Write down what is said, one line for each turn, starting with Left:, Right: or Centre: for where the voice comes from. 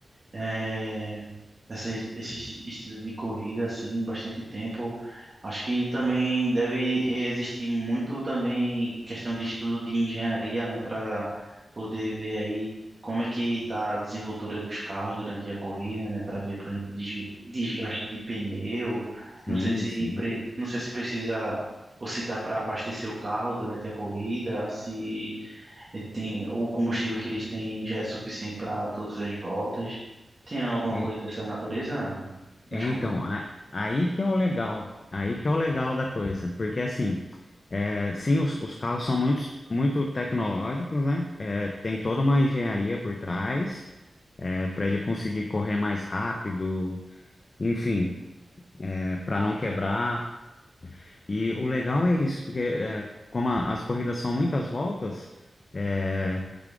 Right: É, essa, esse estilo de corrida, assim, bastante tempo. Acho que também deve existir muito também questão de estudo de engenharia, né, para poder ver aí como é que está a desenvoltura dos carros durante a corrida, né, para ver, por exemplo, des- desgaste de pneu.
Left: Sim,
Right: Não sei se,
Left: sim.
Right: pre- não sei se precisa ou se dá para abastecer o carro durante a corrida, se e tem, o combustível que eles têm já é suficiente para todas as voltas. Tem alguma
Left: É,
Right: coisa dessa natureza nas
Left: é,
Right: corridas?
Left: então, a- aí que é o legal, aí que é o legal da coisa, porque assim, é, sim, os, os carros são muito, muito tecnológicos, né? É, tem toda uma engenharia por trás, para ele conseguir correr mais rápido, enfim, para não quebrar. E o legal é isso, porque é, como a- as corridas são muitas voltas, é,